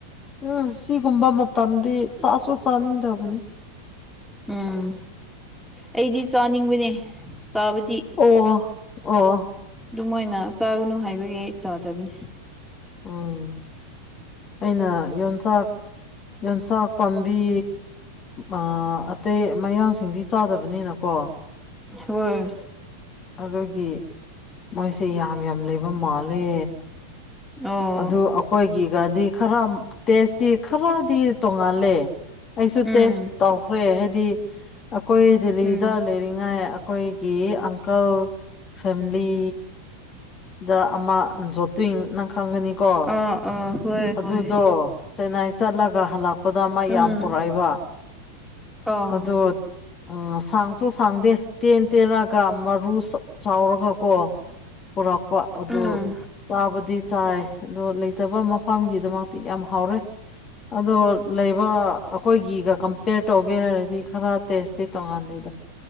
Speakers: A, on the left (about 30°); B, in the centre.
A: ꯎꯝ ꯁꯤꯒꯨꯝꯕ ꯃꯇꯝꯗꯤ ꯆꯥꯁꯨ ꯆꯥꯅꯤꯡꯗꯕꯅꯦ
B: ꯎꯝ ꯑꯩꯗꯤ ꯆꯥꯅꯤꯡꯕꯅꯦ ꯆꯥꯕꯗꯤ
A: ꯑꯣ ꯑꯣ
B: ꯑꯗꯨꯝꯅ ꯆꯥꯒꯅꯨ ꯍꯥꯏꯕꯒꯤ ꯑꯩ ꯆꯥꯗꯕꯅꯤ
A: ꯎꯝ ꯑꯩꯅ ꯌꯣꯟꯆꯥꯛ ꯌꯦꯟꯁꯄꯕꯤ ꯑ ꯑꯇꯩ ꯃꯌꯥꯡꯁꯤꯡꯗꯤ ꯆꯥꯗꯕꯅꯤꯅꯀꯣ
B: ꯍꯣꯏꯣꯏ
A: ꯑꯗꯨꯒꯤ ꯃꯣꯏꯁꯦ ꯌꯥꯝ ꯌꯥꯝ ꯂꯩꯕ ꯃꯥꯜꯂꯦ
B: ꯑꯣ
A: ꯑꯗꯨ ꯑꯩꯈꯣꯏꯒꯤꯒꯗꯤ ꯈꯔ ꯇꯦꯁꯇꯤ ꯈꯔꯗꯤ ꯇꯣꯡꯉꯜꯂꯦ ꯑꯩꯁꯨ
B: ꯎꯝ
A: ꯇꯦꯁ ꯇꯧꯈ꯭ꯔꯦ ꯍꯥꯏꯗꯤ ꯑꯩꯈꯣꯏ ꯗꯦꯜꯂꯤꯗ
B: ꯎꯝ
A: ꯂꯩꯔꯤꯉꯥꯏ ꯑꯩꯈꯣꯏꯒꯤ ꯑꯪꯀꯜ ꯐꯦꯃꯤꯂꯤ ꯗ ꯑꯃ ꯖꯣꯠꯇꯤꯡꯅꯪ ꯈꯪꯒꯅꯤꯀꯣ
B: ꯑꯣ ꯑꯣ ꯍꯣꯏ
A: ꯑꯗꯨꯗꯣ
B: ꯍꯣꯏ
A: ꯆꯦꯟꯅꯥꯏ ꯆꯠꯂꯒ ꯍꯜꯂꯄ ꯈꯨꯗ ꯃ
B: ꯑꯥ
A: ꯌꯥꯝ ꯄꯨꯣꯔꯛꯏꯕ
B: ꯑꯣ
A: ꯑꯗꯨ ꯎꯝ ꯁꯥꯡꯁꯨ ꯁꯥꯡꯗꯦ ꯇꯦꯟ ꯇꯦꯟꯂꯒ ꯃꯔꯨ ꯆꯥꯎꯔꯒ ꯀꯣ ꯄꯨꯔꯛꯄ ꯑꯣ
B: ꯎꯝ
A: ꯆꯥꯕꯗꯤ ꯆꯥꯏ ꯑꯣ ꯂꯩꯇꯕ ꯃꯐꯝꯒꯤꯗꯃꯛꯇꯤ ꯌꯥꯝ ꯍꯥꯎꯔꯦ ꯑꯣ ꯂꯩ ꯑꯩꯈꯣꯏꯒꯤꯒ ꯀꯝꯄꯦꯌꯔ ꯇꯧꯒꯦ ꯍꯥꯏꯔꯗꯤ ꯈꯔ ꯇꯦꯁꯇꯤ ꯇꯣꯡꯉꯥꯟꯅꯤꯗ